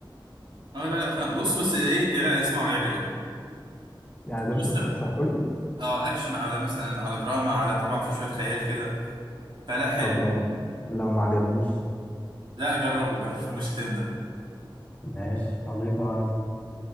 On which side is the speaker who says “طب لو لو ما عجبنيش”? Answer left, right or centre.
Left